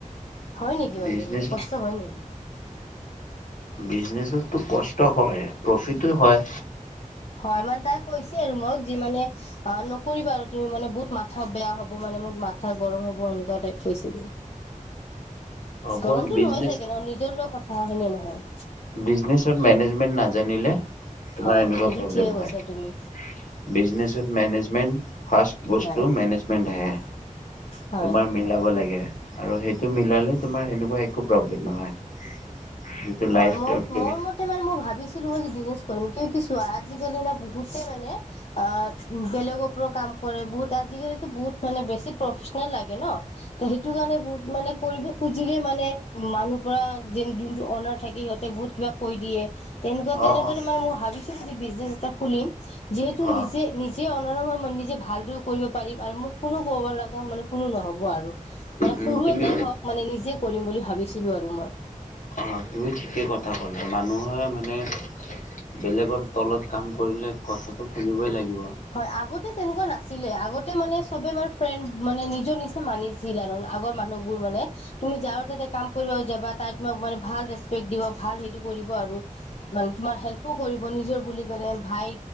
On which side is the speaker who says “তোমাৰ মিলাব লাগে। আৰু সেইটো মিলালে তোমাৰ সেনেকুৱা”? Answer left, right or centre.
Left